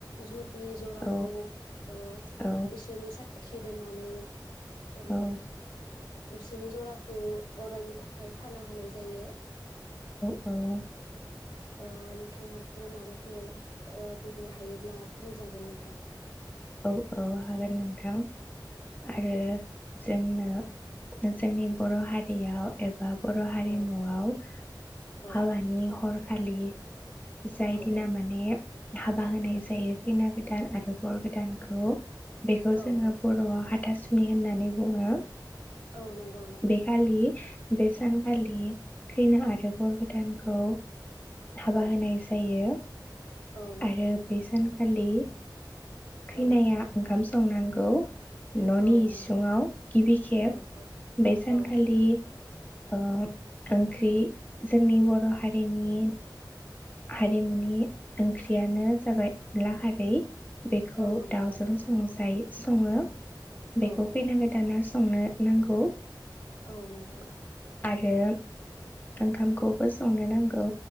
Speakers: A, on the left; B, on the left.
A: जु लि जराखौ
B: औ
A: ओ
B: औ
A: इसोरनि सा खि दोननानै ओ
B: औ
A: बिसोरनि ज'राखौ अरायनि थाखाय खाना होनाय जायो।
B: औ
A: ओ नोंथाङाबो माबाफोर ओ बुंनो हायोब्ला बुंजागोन नोंथां।
B: औ औ हागोन नोंथां।
A: औ
B: आरो जोंनो जोंनि बर' हारियाव एबा बर' हारिमुआव
A: औ औ
B: हाबानि हर खालि जाय दिना
A: औ
B: माने हाबा होनाय जायो खैना गोदान आरो बर गोदानखौ बेखौ जोङो
A: औ औ
B: बर'आव हाथासु नि होननानै बुङो।
A: औ नंगौ नंगौ
B: बे
A: नोंथां।
B: खालि बे सानखालि खैना आरो बर गोदानखौ हाबा
A: औ
B: होनाय जायो।
A: औ नंगौ
B: आरो बेसानक्ष खालि खैनाया
A: औ
B: ओंखाम संनांगौ। ननि
A: औ नंगौ
B: इसुङाव गिबि खेब
A: औ औ
B: बे सानखालि
A: औ
B: ओ ओंख्रि जोंनि बर हारिनि हारिमुनि ओंख्रियानो जाबाय अनला खारै। बेखौ
A: औ नंगौ
B: दाउजों
A: नोंथां
B: संजायो सङो। बेखौ
A: औ
B: खैना गौदाना संनो नांगौ।
A: औ नंगौ।
B: आरो ओंखामखौबो संनो नांगौ।